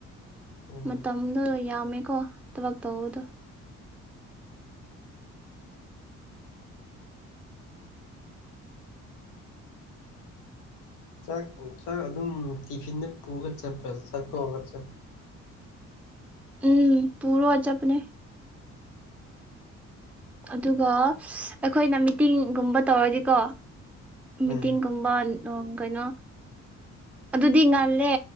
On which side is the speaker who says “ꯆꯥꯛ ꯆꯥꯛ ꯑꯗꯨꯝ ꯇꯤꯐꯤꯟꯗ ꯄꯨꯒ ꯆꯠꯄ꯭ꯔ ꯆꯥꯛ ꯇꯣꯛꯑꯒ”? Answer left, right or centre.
Left